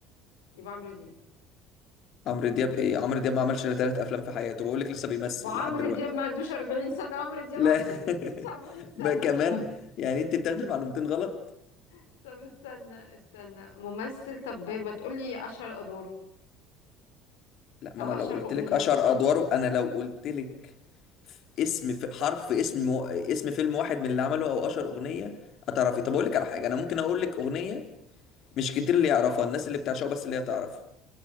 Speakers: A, on the left; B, on the left.
A: يبقى عمرو دياب
B: عمرو دياب ايه عمرو دياب ما عملش الا ثلاث افلام في حياته بقول لك لسه بيمثل
A: وعمرو
B: لحد دلوقتي
A: دياب ما عندوش 40 سنة عمرو دياب
B: لا
A: عنده
B: <laughs>
A: 60 70 سنة
B: بقى كمان يعني انت بتاخدي المعلومتين غلط
A: <laughs> طب استنى استنى ممثل طب ما تقولي أشهر أدواره
B: لا ما
A: أو
B: انا لو
A: أشهر
B: قلت
A: أغنيته
B: لك اشهر ادواره انا لو قلت لك اسم في حرف اسم و... اسم فيلم واحد من اللي عمله او اشهر اغنيه هتعرفي طب اقول لك على حاجه انا ممكن اقول لك اغنيه مش كتير اللي يعرفها الناس اللي بتعشقه بس اللي هي تعرف